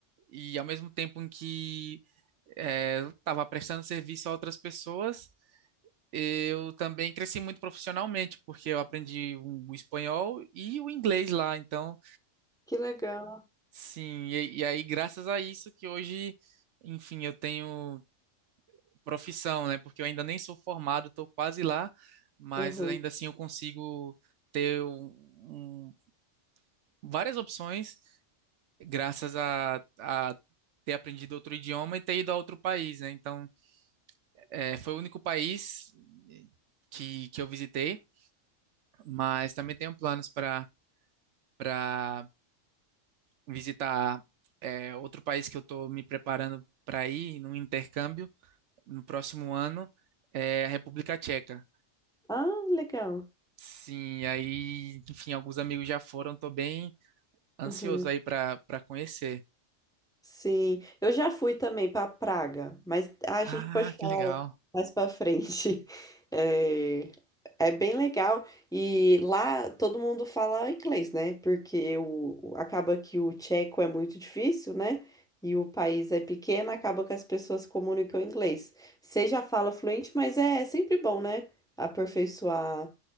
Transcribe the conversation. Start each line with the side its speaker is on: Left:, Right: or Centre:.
Right: e ao mesmo tempo em que eh, eu estava prestando serviço a outras pessoas, eu também cresci muito profissionalmente, porque eu aprendi o espanhol e o inglês lá, então,
Centre: Que legal.
Right: sim, e, e aí graças a isso que hoje, enfim, eu tenho profissão, né? Porque eu ainda nem sou formado, estou quase lá, mas
Centre: Uhum.
Right: ainda assim eu consigo ter um, um- várias opções graças a, a ter aprendido outro idioma e ter ido a outro país, né? Então, é, foi o único país eh, que, que eu visitei, mas também tenho planos para para visitar é, outro país que eu estou me preparando para ir num intercâmbio no próximo ano, é a República Tcheca.
Centre: Ah, legal.
Right: Sim, aí, enfim, alguns amigos já foram, tô bem ansioso
Centre: Uhum.
Right: aí pra, pra conhecer.
Centre: Sim, eu já fui também para Praga, mas ah, a
Right: Ah,
Centre: gente pode falar
Right: que legal.
Centre: mais para frente. <laughs> É, é bem legal. E lá todo mundo fala inglês, né? Porque o, o- acaba que o tcheco é muito difícil, né? E o país é pequeno, acaba que as pessoas comunicam inglês. Você já fala fluente, mas é é sempre bom, né? Aperfeiçoar